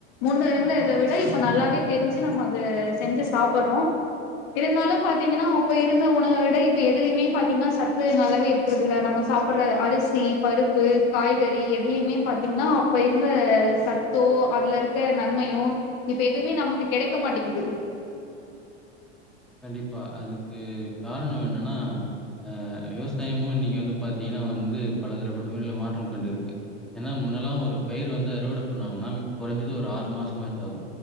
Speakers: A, on the left; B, in the centre.
A: முன்ன இருந்தத விட இப்ப நல்லாவே தெரிஞ்சு நம்ம அது செஞ்சு சாப்டுறோம் இருந்தாலும் பா்த்தீங்கன்னா அப்ப இருந்த உணவ விட இப்ப எதுலுமே பாத்தீங்கன்னா சத்து நல்லாவே இருக்கற இல்ல நம்ம சாப்புடுற அரிசி பருப்பு காய்கறி எதுலயுமே பாத்தீங்கன்னா அப்ப இருந்த சத்தோ அதுல இருக்க நன்மையோ இப்ப எதுவுமே நமக்கு கெடைக்க மாட்டேங்குது
B: கண்டிப்பா அதுக்கு காரணோ என்னன்னா அ விவசாயமு இன்னைக்கு வந்து பாத்தீங்கன்னா வந்து பலதரப்பட்ட முறில மாற்றம் கண்டுருக்கு ஏன்னா முன்னெல்லா ஒரு பயிர் வந்து அறுவடை பண்ணாங்கன்னா குறைஞ்சது ஒரு ஆறு மாசமாச்சு ஆகு